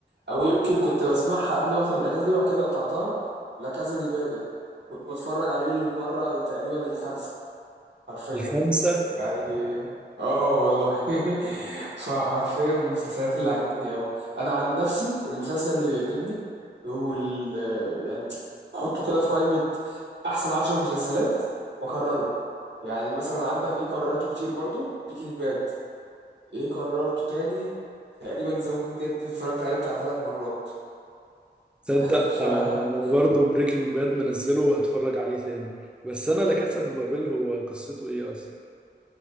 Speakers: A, on the right; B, in the centre.
A: أو يمكن كنت بسمعها قبل ما آخد الأجازة دي وبعد كده قطعتها لا كازا دي بابل كنت بتفرج عليه للمرة تقريبا الخامسة حرفيا
B: الخمسة
A: يعني اه والله <laughs> فحرفيا من المسلسلات اللي عجبتني قوي انا عن نفسي المسلسل اللي بيعجبني هو ال يعني حطه كده في قائمة احسن عشر مسلسلات واكرره يعني مثلا عندك ايه كررته كتير برضو بريكنج باد ايه كررته تاني تقريبا ذا ووكينج ديد اتفرجت عليه بتاع ثلاث مرات
B: تصدق
A: <laughs>
B: آه
A: ف
B: برضه بريكنج باد منزله وهتفرج عليه تاني بس انا لا كاسا دو بابيل هو قصته ايه اصلا